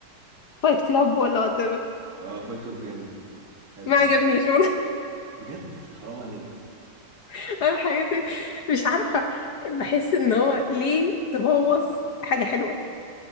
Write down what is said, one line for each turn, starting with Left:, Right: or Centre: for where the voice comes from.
Left: وفايت كلاب ولا وات
Right: اه فايت كلاب جامد حلو
Left: ما عجبنيش والله
Right: بجد حرام عليك
Left: <laughs> انا حاجات مش عارفه بحس ان هو ليه تبوظ حاجه حلوه